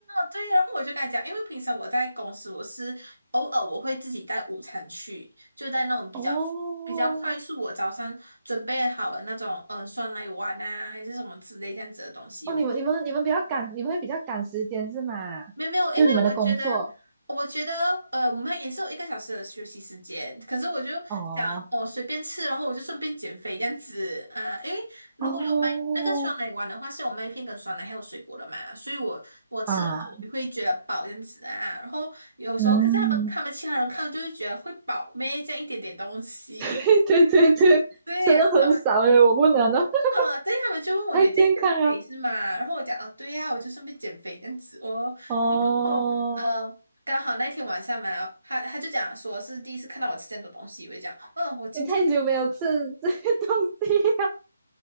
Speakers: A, on the right (about 75°); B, on the right (about 20°).
A: 对，然后我就跟他讲，因为平常我在公司，我是偶尔我会自己带午餐去，就在那种比较
B: 哦！哦
A: 比较快速，我早上准备好了那种，嗯、酸奶碗啊，还是什么之类这样子的东西，
B: 哦，
A: 我就会
B: 你们你们你们比较赶，你们会比较赶时间是吗？
A: 没有没有，因为我觉得，
B: 就你们的工作
A: 我觉得，呃，我们也是有一个小时的休息时间，可是我就想，
B: 哦
A: 哦，随便吃，然后我就顺便减肥这样子，啊、因为如果有麦那个酸奶碗的话，
B: 哦
A: 是有麦片跟酸奶还有水果的嘛，所以我我吃的话，
B: 啊，
A: 我会觉得饱这样子啊，然后有时候，
B: 嗯，
A: 可是他们他们其他人看就会觉得会饱咩，这样一点点东西，
B: <laughs> 对对对对，
A: <laughs> 对，
B: 真的很少耶，
A: 然后他们。
B: 我不能了，
A: 呃，对，他们就问我你在减肥是吗？
B: <laughs> 太健康了
A: 然后我讲哦，对呀、我就顺便减肥这样子哦。
B: 哦，
A: 然后呃，刚好那天晚上嘛，他他就讲说是第一次看到我吃这样多东西，我就讲，嗯，我今天不，
B: 你太久没有吃这些东西了。